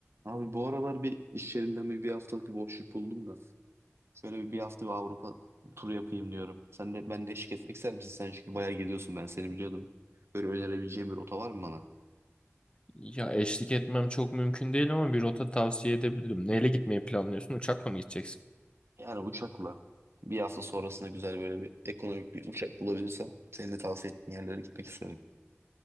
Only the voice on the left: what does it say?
Ya eşlik etmem çok mümkün değil ama bir rota tavsiye edebilirim. Neyle gitmeyi planlıyorsun? Uçakla mı gideceksin?